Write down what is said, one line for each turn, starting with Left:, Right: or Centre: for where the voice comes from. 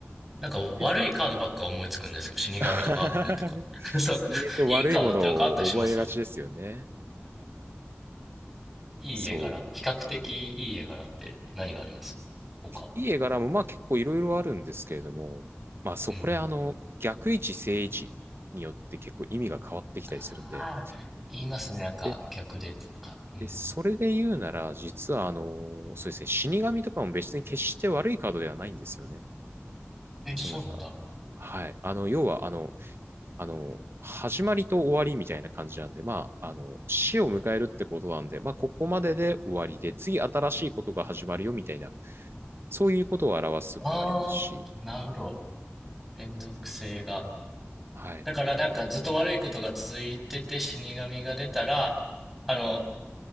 Centre: なんか悪いカードばっか思いつくんですけど、
Right: です。
Centre: 死神とか悪魔とか。
Right: <laughs>
Centre: <laughs> そう。
Right: 人間って悪いものを覚えがちですよね。
Centre: いいカードってなんかあったりします <laughs> いい絵柄。
Right: そう。
Centre: 比較的いい絵柄って何があります他。
Right: いい絵柄もまあ結構いろいろあるんですけれども、まあそう、
Centre: うんうん。
Right: これあの、逆位置、正位置によって結構意味が変わってきたりするんで、
Centre: ああ、言いますね。なんか逆でとか。
Right: で、
Centre: うん。
Right: で、それで言うなら、実はあのそうですね、死神とかも別に決して悪いカードではないんですよね。
Centre: え、
Right: そうなんか、
Centre: そうなんだ。
Right: はい。あの、要はあの、あの、始まりと終わりみたいな感じなんで、まあ、あの、死を迎えるってことなんで、まあ、ここまでで終わりで、次新しいことが始まるよみたいな、そういうことを表すときもありますし、
Centre: ああ、なるほど。連続性が。
Right: はい。
Centre: だからなんかずっと悪いことが続いてて死神が出たら、あの、